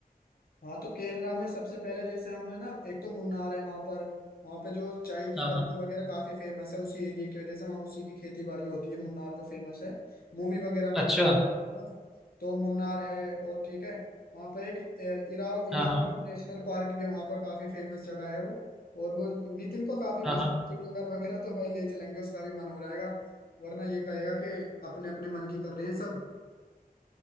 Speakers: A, on the left (about 75°); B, in the centre.
A: हाँ तो केरला में सबसे पहले जैसे हम है ना एक तो मुन्नार है वहां पर वहां पे जो चाय की
B: हाँ
A: पत्ती
B: हाँ
A: वगैरह काफी फेमस है उसी एरिया की वजह से वहाँ उसी की खेती बाड़ी होती है मुन्नार जो फेमस है मूवी वगैरह में
B: अच्छा
A: भी ना, तो मुन्नार है और ठीक है वहाँ पर एक ए, इरा इराकुलम
B: हाँ हाँ
A: नेशनल पार्क भी है वहाँ पर काफी फेमस जगह है वो और वो नितिन को काफी
B: हाँ
A: पसंद
B: हाँ
A: है चिड़ियाघर वगैरह तो भाई ले चलेंगे उसका भी मन हो जाएगा वरना ये कहेगा कि अपने अपने मन की कर रहे हैं सब